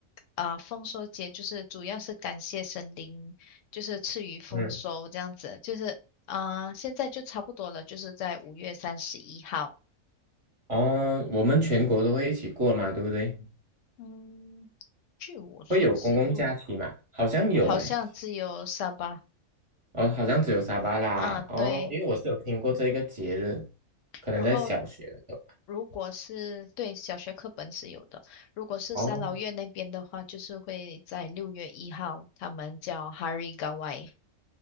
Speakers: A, on the left; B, on the right.
A: 啊、丰收节就是主要是感谢神灵，就是赐予丰收这样子，
B: 嗯
A: 就是啊、现在就差不多了，就是在五月三十一号。
B: 哦，我们全国都会一起过嘛，对不对？
A: 嗯，据我所知不，
B: 会有公共假期嘛？好像有诶，
A: 好像只有沙巴
B: 哦，好像只有沙巴啦，
A: 啊，
B: 哦，
A: 对。
B: 因为我是有听过这个节日，可能在小学的时候。
A: 然后如果是对小学课本是有的，如果是三老越那边的话，
B: 哦
A: 就是会在六月一号，他们叫 Hari Gawai。